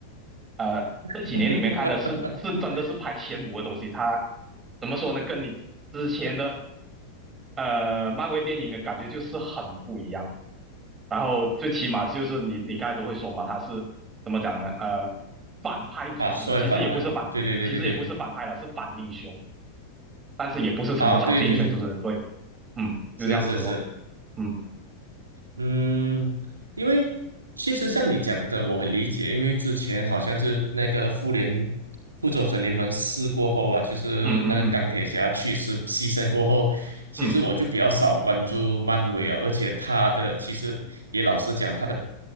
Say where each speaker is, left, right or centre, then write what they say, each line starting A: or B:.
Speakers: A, on the right (about 20°); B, on the right (about 75°).
A: 呃，这几年里面看的是是真的是排前五的东西。
B: <laughs>，
A: 它怎么说呢？跟你之前的呃漫威电影的感觉就是很不一样。然后最起码就是你你刚才都会说嘛，它是怎么讲呢？呃，反派组织的，
B: 把所有反派，
A: 其实也不是反，
B: 对对对对对，
A: 其实也不是反派了，是反英雄，但是也不是什么超级英雄组织的。
B: 啊，对对对，
A: 对，嗯，就这样子咯。
B: 是是是。
A: 嗯
B: 嗯，因为其实像你讲的，我很理解，因为之前好像是那个复联复仇者联盟四过后啊，就是那个钢铁侠去世牺牲过后，
A: 嗯嗯嗯
B: 其实我就比较少关注漫威啊，
A: 嗯。
B: 而且他的其实也老实讲，他的